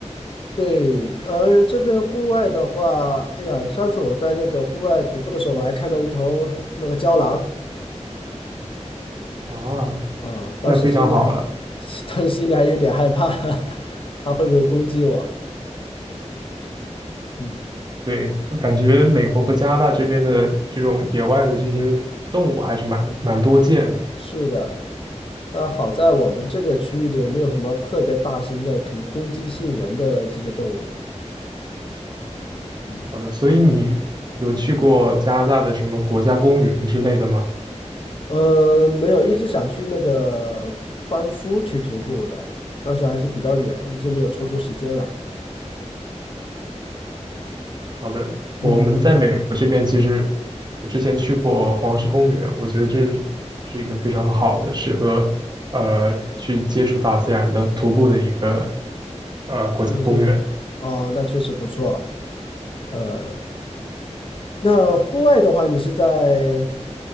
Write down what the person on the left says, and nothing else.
对，呃，这边户外的话，哎呀，上次我在那个户外徒步的时候，我还看到一头那个郊狼
啊，当时心里还，
<laughs> 当时心里还有点害怕，<laughs> 它会不会攻击我？嗯，
是的，但好在我们这个区域里没有什么特别大型的可以攻击性人的这些动物。嗯，
呃，没有，一直想去那个班夫去徒步的，但是还是比较远，一直没有抽出时间来。
嗯。
一个地方啊，那确实不错。呃，那户外的话，你是在，